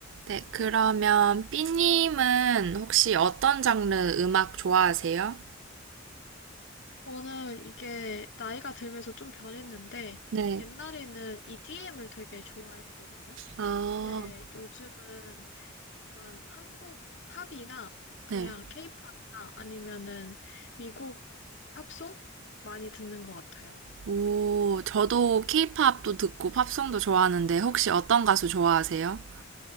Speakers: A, on the right; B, on the left.
A: 네, 그러면 삐님은 혹시 어떤 장르 음악 좋아하세요?
B: 저는 이게 나이가 들면서 좀 변했는데,
A: 네.
B: 옛날에는 EDM을 되게 좋아했거든요.
A: 아,
B: 근데 요즘은 약간 한국 팝이나 그냥
A: 네.
B: K-팝이나 아니면은 미국 팝송 많이 듣는 것 같아요.
A: 오, 저도 케이팝도 듣고 팝송도 좋아하는데 혹시 어떤 가수 좋아하세요?